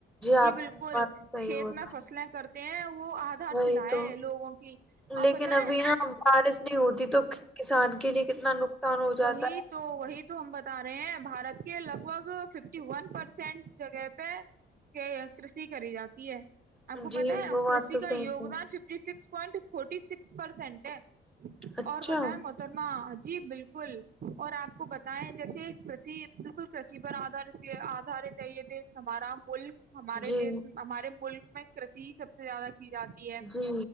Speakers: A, on the right; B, in the centre.
A: جی
B: آپ
A: بالکل
B: کی بات تو صحیح
A: کھیت
B: بولا
A: میں فصلیں کر پ وہ آدھار
B: وہی
A: چلائے
B: تو
A: لوگوں کی آپ
B: لیکن
A: بتائیں
B: ابھی نا بارش نہیں ہوتی تو کسان کے لیے کتنا نقصان ہو جاتا
A: وہی تو وہی تو ہم بتا رہے ہیں بارت کے لگ بھگ ففٹی ون پرسینٹ جگہ پہ کرشی کری جاتی ہے
B: ہے
A: آپ کو
B: جی
A: پتا ہے
B: وہ بات
A: کرشی
B: تو
A: کا
B: صحیح
A: یوگدان
B: کہی
A: fifty six point fifty six percent ہے
B: اچھا
A: اور بتائیں محترما جی بالکل بالکل اور آپ کو بتائیں جیسے کری بالکل کری پر آدارت آدھارت ہے یہ دیش ہمارا ملک ہمارے
B: جی
A: دیس ہمارے ملک میں کرسی سب سے زیادہ جاتی ہے
B: جی